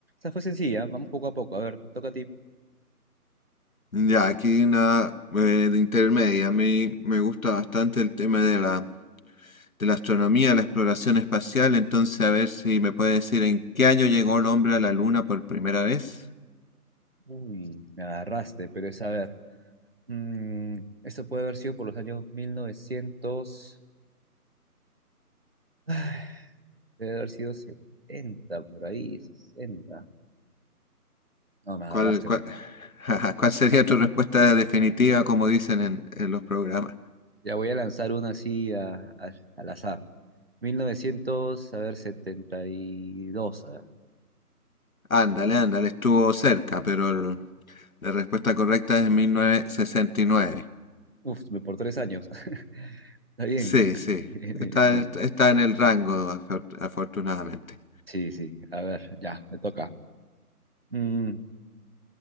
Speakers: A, on the right (about 40°); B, on the left (about 60°).
A: O fue sencilla, vamos poco a poco. A ver, toca a ti.
B: Ya, aquí una eh, de intermedia. A mí me gusta bastante el tema de la, de la astronomía, la exploración espacial. Entonces, a ver si me puede decir en qué año llegó el hombre a la luna por primera vez.
A: Uy, me agarraste, pero es a ver. mm, esto puede haber sido por los años mil novecientos <sighs> Debe haber sido 70 por ahí, sesenta No, me
B: ¿Cuál,
A: agarraste.
B: cuál,
A: ¿no?
B: <laughs> cuál sería
A: <laughs>
B: tu respuesta definitiva, como dicen en, en los programas?
A: Ya voy a lanzar una así a- a- al azar. mil novecientos a ver, 72. A ver.
B: Ándale, ándale, estuvo cerca, pero el- la respuesta correcta es 1969.
A: Uf, me- por tres años. <laughs> Está bien.
B: Sí, sí,
A: <laughs> Bien,
B: está,
A: bien, bien.
B: está en el rango, afor- afortunadamente.
A: Sí, sí. A ver, ya, me toca. Mm,